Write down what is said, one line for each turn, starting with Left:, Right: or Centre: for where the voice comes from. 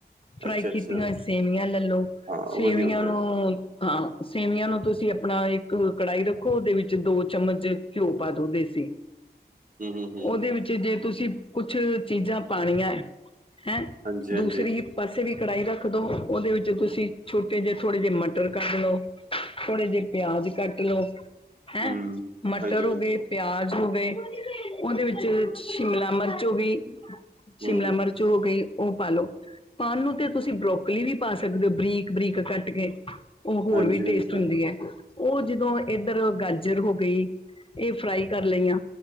Left: ਫਰਾਈ
Right: ਅੱਛਾ-ਅੱਛਾ,
Left: ਕੀਤੀਆਂ ਹੋਈ ਸੇਵੀਆਂ ਲੈਲੋ
Right: ਹਾਂ ਉਹ
Left: ਸੇਵੀਆਂ
Right: ਵਧੀਆ ਹੁੰਦਾ।
Left: ਨੂੰ ਹਾਂ ਸੇਵੀਆਂ ਨੂੰ ਤੁਸੀਂ ਆਪਣਾ ਇੱਕ ਕੜਾਹੀ ਰੱਖੋ, ਉਹਦੇ ਵਿੱਚ ਦੋ ਚਮਚ ਘਿਓ ਪਾ ਦੋ ਦੇਸੀ।
Right: ਹੂੰ, ਹੂੰ, ਹੂੰ।
Left: ਉਹਦੇ ਵਿੱਚ ਜੇ ਤੁਸੀਂ ਕੁਛ ਕੁਛ ਚੀਜ਼ਾਂ ਪਾਣੀਐ। ਹੈਂ
Right: ਹਾਂਜੀ-ਹਾਂਜੀ,
Left: ਦੂਸਰੀ ਹੀ ਪਾਸੇ ਵੀ ਕੜਾਹੀ ਰੱਖਦੋ। ਉਹਦੇ ਵਿੱਚ ਤੁਸੀਂ ਛੋਟੇ ਜਿਹੇ ਥੋੜੇ ਜਿਹੇ ਮਟਰ ਕੱਢ ਲਓ। ਥੋੜੇ ਜਿਹੇ ਪਿਆਜ ਕੱਟ ਲੋ ਹੈਂ
Right: ਹੂੰ,
Left: ਮਟਰ
Right: ਹਾਂਜੀ-ਹਾਂਜੀ,
Left: ਹੋ ਗਏ ਪਿਆਜ ਹੋ ਗਏ ਉਹਦੇ ਵਿੱਚ ਸ਼ਿਮਲਾ ਮਿਰਚ ਜੋ ਵੀ
Right: ਹੂੰ,
Left: ਸ਼ਿਮਲਾ ਮਿਰਚ ਹੋ ਗਈ। ਉਹ ਪਾ ਲਓ ਪਾਣ ਨੂੰ ਤੇ ਤੁਸੀਂ ਬਰੋਕਲੀ ਵੀ ਪਾ ਸਕਦੇ ਹੋ ਬਰੀਕ -ਬਰੀਕ ਕੱਟ ਕੇ। ਉਹ ਹੋਰ
Right: ਹਾਂਜੀ-ਹਾਂਜੀ,
Left: ਵੀ ਟੇਸਟ ਹੁੰਦੀ ਐ। ਉਹ ਜਦੋਂ ਇੱਧਰ ਗਾਜਰ ਹੋ ਗਈ, ਇਹ ਫਰਾਈ ਕਰ ਲਈਆਂ।